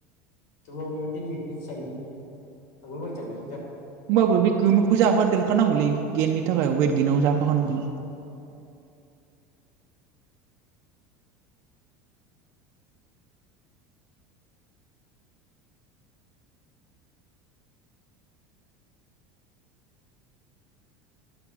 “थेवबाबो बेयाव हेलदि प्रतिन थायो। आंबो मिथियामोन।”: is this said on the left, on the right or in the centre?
Left